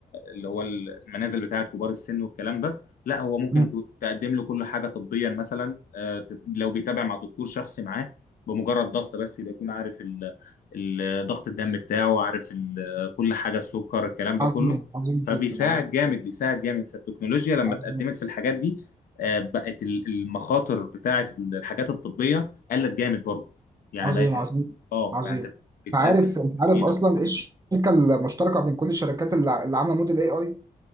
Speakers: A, on the left; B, on the right.
A: اللي هو المنازل بتاعه كبار السن والكلام ده لا هو ممكن
B: مم.
A: ت- تقدم له كل حاجه طبيا مثلا آه، ت- لو بيتابع مع دكتور شخصي معاه بمجرد ضغط بس يبقى يكون عارف ال- ال- ضغط الدم بتاعه عارف ال- كل حاجه السكر الكلام ده
B: عظيم
A: كله
B: عظيم
A: فبيساعد
B: جدا عظيم
A: جامد
B: جدا.
A: بيساعد جامد فالتكنولوجيا لما
B: عظيم
A: اتقدمت في الحاجات دي آه، بقت ال- المخاطر بتاعه الحاجات الطبيه قلت جامد برضه يعني
B: عظيم
A: بقت
B: عظيم
A: اه
B: عظيم
A: يعني
B: انت
A: انت بتقدم
B: عارف انت عارف
A: جديده
B: اصلا ايه الشركه المشتركه بين كل الشركات اللي اللي عامله موديل اي اي